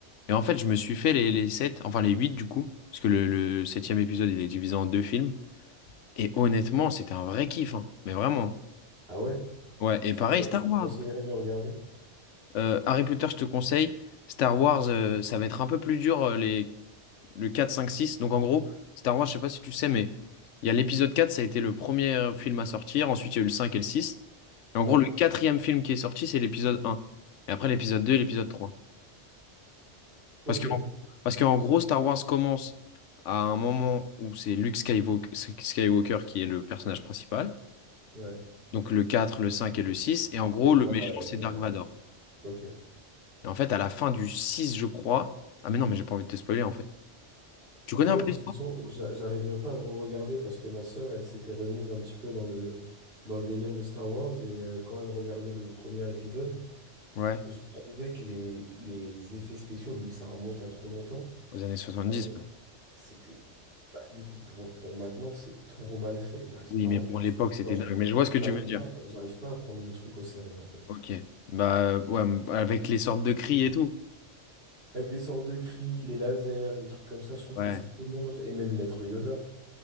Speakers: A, on the left (about 80°); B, on the right (about 55°).
A: Et en fait, je me suis fait les, les sept, enfin les huit du coup, parce que le, le septième épisode, il est divisé en deux films. Et honnêtement, c'était un vrai kiff, hein, mais vraiment.
B: Ah ouais?
A: Ouais, et
B: Tu,
A: pareil,
B: me con-
A: Star
B: tu me
A: Wars.
B: conseillerais de le regarder?
A: Euh, Harry Potter, je te conseille. Star Wars, euh, ça va être un peu plus dur, euh, les, le quatre cinq six Donc en gros, Star Wars, je sais pas si tu sais, mais il y a l'épisode quatre ça a été le premier euh, film à sortir. Ensuite, il y a eu le 5 et le six Et
B: Ouais.
A: en gros, le quatrième film qui est sorti, c'est l'épisode un Et après, l'épisode 2 et l'épisode trois Parce
B: Ok.
A: que, parce qu'en gros, Star Wars commence à un moment où c'est Luke Skywalker, Skywalker qui est le personnage principal.
B: Ouais.
A: Donc le quatre le 5 et le six Et en gros,
B: Et pas.
A: le
B: euh,
A: méchant, c'est Dark Vador.
B: ok.
A: Et en fait, à la fin du 6, je crois. Ah, mais non, mais j'ai pas envie de te spoiler, en fait. Tu connais
B: Non, mais
A: un peu?
B: de toute façon, j'a- j'arriverai pas à le re-regarder parce que ma sœur, elle s'était remise un petit peu dans le, dans le délire de Star Wars et euh, quand elle regardait le premier épisode,
A: Ouais,
B: je trouvais que les, les effets spéciaux, vu que ça remonte à trop longtemps,
A: aux années 70.
B: euh,
A: ouais.
B: c'était... Bah, du coup, pour, pour maintenant, c'est trop mal fait. J'arrive
A: Oui,
B: pas
A: mais
B: à accrocher.
A: pour l'époque, c'était
B: Non, j'arrive
A: dingue. Mais je vois ce que
B: j'arrive
A: tu veux dire.
B: pas, j'arrive pas à prendre le truc au sérieux, en fait.
A: Ok. Bah, euh, ouais, m- avec les sortes de cris et tout.
B: Avec les sorts de cris, les lasers, les trucs comme ça, je trouve
A: Ouais.
B: que c'est tellement mal fait. Et même Maître Yoda.